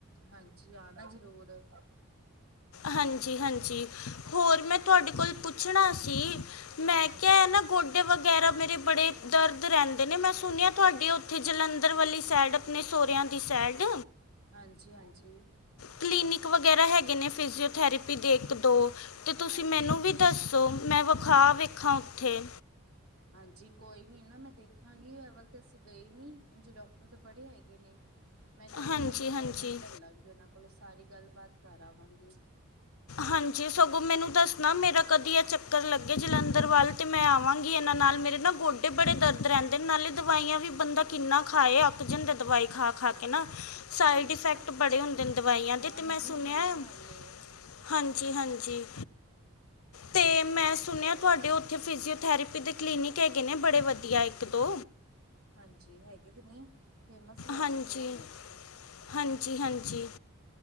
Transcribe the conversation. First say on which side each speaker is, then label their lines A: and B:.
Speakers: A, on the right; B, on the left.
A: ਹਾਂਜੀ ਆਣਾ ਜ਼ਰੂਰ।
B: ਹਾਂਜੀ ਹਾਂਜੀ ਹੋਰ ਮੈਂ ਤੁਹਾਡੇ ਕੋਲ ਪੁੱਛਣਾ ਸੀ। ਮੈਂ
A: ਹਾਂਜੀ
B: ਕਿਹਾ ਇਹ ਨਾ ਗੋਡੇ ਵਗੈਰਾ ਮੇਰੇ ਬੜੇ ਦਰਦ ਰਹਿੰਦੇ। ਨੇ ਮੈਂ ਸੁਣਿਆ ਤੁਹਾਡੀੇ ਉੱਥੇ ਜਲੰਧਰ ਵਾਲੀ ਸੈਡ ਆਪਣੇ ਸਹੁਰਿਆਂ ਦੀ ਸੈਡ
A: ਹਾਂਜੀ ਹਾਂਜੀ
B: ਕਲੀਨਿਕ ਵਗੈਰਾ ਹੈਗੇ ਨੇ ਫਿਜ਼ਓਥੈਰੇਪੀ ਦੇ ਇੱਕ ਦੋ ਤੇ ਤੁਸੀਂ
A: ਹਾਂਜੀ
B: ਮੈਨੂੰ ਵੀ ਦੱਸੋ ਮੈਂ ਵਿਖਾ ਵੇਖਾਂ ਉੱਥੇ
A: ਹਾਂਜੀ ਕੋਈ ਨੀ ਨਾ ਮੈਂ ਦੇਖਾਂਗੀ ਅ ਵੱਲ ਤੇ ਅਸੀਂ ਗਏ ਨੀ ਹ ਜੇ ਡਾਕਟਰ ਤੇ ਬੜੇ ਹੈਗੇ ਨੇ ਮੈਂ ਗਈ
B: ਹਾਂਜੀ
A: ਨਾ ਤੁਹਾਡੀ ਅਪੋਇੰਟਮੈਂਟ
B: ਹਾਂਜੀ
A: ਲੈ ਲਾਂਗੀ ਉਹਨਾਂ ਕੋਲੋਂ ਸਾਰੀ ਗੱਲਬਾਤ ਕਰ ਆਵਾਂਗੀ
B: ਹਾਂਜੀ ਸਗੋਂ ਮੈਨੂੰ ਦੱਸਣਾ ਮੇਰਾ ਕਦੀ ਆ ਚੱਕਰ ਲੱਗੇ ਜਲੰਧਰ ਵੱਲ ਤੇ ਮੈਂ ਆਵਾਂਗੀ ਇਹਨਾਂ ਨਾਲ ਮੇਰੇ ਨਾ ਗੋਡੇ ਬੜੇ ਦਰਦ ਰਹਿੰਦੇ ਨੇ ਨਾਲੇ ਦਵਾਈਆਂ ਵੀ ਬੰਦਾ ਕਿੰਨਾ ਖਾਏ ਅੱਕ ਜਾਂਦੈ ਦਵਾਈ ਖਾ ਖਾ ਕੇ ਨਾ ਸਾਈਡ
A: ਹਾਂਜੀ
B: ਇਫੈਕਟ
A: ਹਾਂਜੀ
B: ਬੜੇ ਹੁੰਦੇ ਨੇ ਦਵਾਈਆਂ ਦੇ
A: ਹਾਂ
B: ਤੇ
A: ਨਹੀਂ
B: ਮੈਂ
A: ਨਹੀਂ
B: ਸੁਣਿਆ
A: ਸਹੀ
B: ਹੈ-
A: ਗੱਲ ਏ
B: ਹਾਂਜੀ ਹਾਂਜੀ
A: <unintelligible> <inaudible>
B: ਤੇ ਮੈਂ ਸੁਣਿਆ ਤੁਆਡੇ ਉੱਥੇ ਫਿਜ਼ਓਥੈਰੇਪੀ ਦੇ ਕਲੀਨਿਕ ਹੈਗੇ ਨੇ ਬੜੇ ਵਧੀਆ ਇੱਕ-ਦੋ
A: ਹਾਂਜੀ ਹੈਗੇ ਤੇ ਨੇ। ਫੇਮਸ ਵੀ ਹੈਗੇ
B: ਹਾਂਜੀ
A: ਨੇ ਬੋਤ।
B: ਹਾਂਜੀ ਹਾਂਜੀ